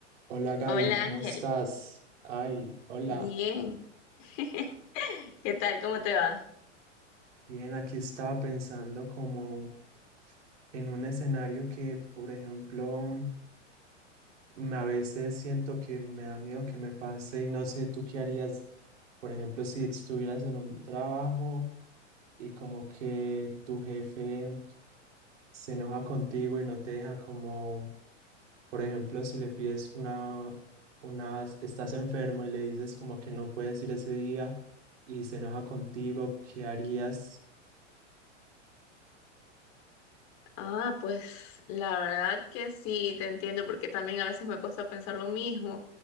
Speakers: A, on the right; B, on the left.
A: Hola Gaby,
B: Hola
A: ¿cómo
B: Ángel,
A: estás? Ay, hola.
B: bien, <laughs> ¿qué tal? ¿Cómo te va?
A: Bien, aquí estaba pensando como en un escenario que, por ejemplo, mm, a veces siento que me da miedo que me pase y no sé, ¿tú qué harías, por ejemplo, si estuvieras en un trabajo y como que tu jefe se enoja contigo y no te deja como, por ejemplo, si le pides una, una, estás enfermo y le dices como que no puedes ir ese día y se enoja contigo, ¿qué harías?
B: Ah, pues la verdad que sí, te entiendo porque también a veces me he puesto a pensar lo mismo